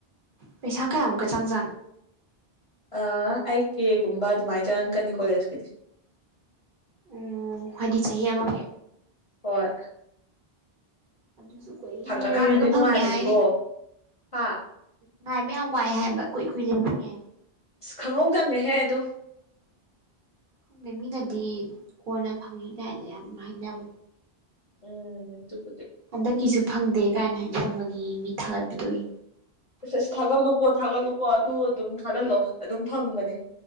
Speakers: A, on the right; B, on the left.
A: ꯄꯩꯁꯥ ꯀꯌꯥꯃꯨꯛꯀ ꯆꯪꯖꯥ
B: ꯑ ꯑꯩ ꯀꯦꯒꯨꯝꯕ ꯑꯗꯨꯃꯥꯏꯅ ꯆꯪꯉꯛꯀꯅꯤ ꯀꯣꯂꯦꯖꯀꯤꯗꯤ
A: ꯎꯝ ꯍꯥꯏꯗꯤ ꯆꯍꯤ ꯑꯃꯒꯤ
B: ꯍꯣꯏ
A: ꯑꯗꯨꯁꯨ ꯀꯨꯏꯅ
B: ꯐꯪꯉꯀꯥꯟꯗꯗꯤ
A: ꯂꯩꯔꯒ ꯐꯪꯉꯦ
B: ꯅꯨꯡꯉꯥꯏꯕꯅꯤꯀꯣ
A: ꯍꯥꯏꯅꯦ
B: ꯍꯥ
A: ꯉꯥꯏꯕꯥ ꯌꯥꯝ ꯋꯥꯏ ꯍꯥꯏꯕ ꯀꯨꯏ ꯀꯨꯏ ꯂꯩꯔꯥ ꯐꯪꯉꯦ
B: ꯑꯁ ꯈꯪꯍꯧꯗꯕꯅꯦꯍꯦ ꯑꯗꯣ
A: ꯈꯪꯗ‌ꯦ ꯃꯤꯅꯗꯤ ꯀꯣꯟꯅ ꯐꯪꯉꯤ ꯀꯥꯏꯅ ꯌꯥꯝ ꯍꯥꯏꯅꯝ
B: ꯎꯝ ꯗꯨꯕꯨꯗꯤ
A: ꯍꯟꯗꯛꯀꯤꯁꯨ ꯐꯪꯗꯦ ꯀꯥꯏꯅ ꯍꯥꯏꯅꯕꯒꯤ ꯃꯤ ꯊꯥꯒꯠꯄꯗꯨ ꯎꯏ
B: ꯑꯁ ꯑꯁ ꯊꯥꯒꯠꯂꯨꯀꯣ ꯊꯥꯒꯠꯂꯨꯀꯣ ꯑꯗꯨ ꯑꯗꯨꯝ ꯊꯥꯒꯠꯂꯣ ꯑꯗꯨꯝ ꯐꯪꯕꯅꯦ